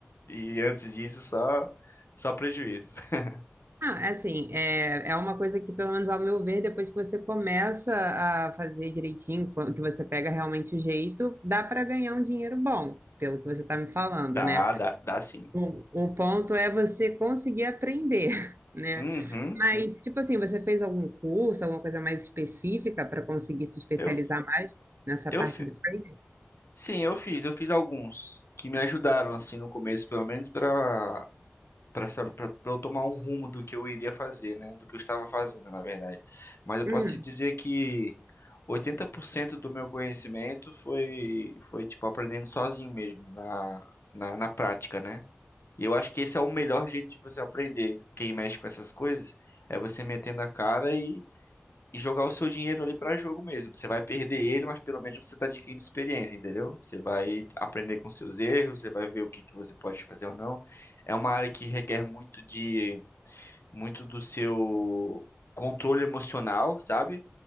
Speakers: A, on the left; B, on the right.
A: E antes disso só só prejuízo. <laughs>
B: Ah, assim, é, é uma coisa que, pelo menos ao meu ver, depois que você começa a fazer direitinho, que você pega realmente o jeito, dá para ganhar um dinheiro bom, pelo que você está me falando,
A: Dá,
B: né?
A: dá, dá sim.
B: O, o ponto é você conseguir aprender, <laughs> né?
A: Uhum.
B: Mas, tipo assim, você fez algum curso, alguma coisa mais específica para conseguir se especializar
A: Eu,
B: mais nessa
A: eu,
B: parte do trading?
A: Sim, eu fiz, eu fiz alguns que me ajudaram assim no começo, pelo menos para para para eu tomar um rumo do que eu iria fazer, né, do que eu estava fazendo, na verdade. Mas eu
B: Hum,
A: posso te dizer que 80% do meu conhecimento foi foi tipo aprendendo sozinho mesmo na na, na prática, né? E eu acho que esse é o melhor jeito de você aprender. Quem mexe com essas coisas é você metendo a cara e jogar o seu dinheiro ali pra jogo mesmo. Você vai perder ele, mas pelo menos você tá adquirindo experiência, entendeu? Você vai aprender com seus erros, você vai ver o que que você pode fazer ou não. É uma área que requer muito de muito do seu controle emocional, sabe?